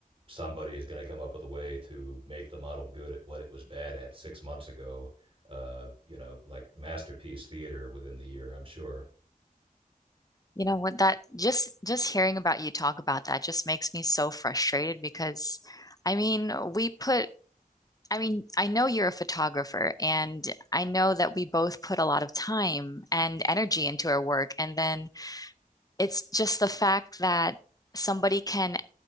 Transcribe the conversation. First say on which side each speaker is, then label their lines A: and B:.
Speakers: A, on the right (about 35°); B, on the left (about 25°).
A: somebody is going to come up with a way to make the model good at what it was bad at six months ago. Uh, you know, like masterpiece theater within the year, I'm sure.
B: You know what that just just hearing about you talk about that just makes me so frustrated because I mean, we put I mean, I know you're a photographer, and I know that we both put a lot of time and energy into our work. And then it's just the fact that somebody can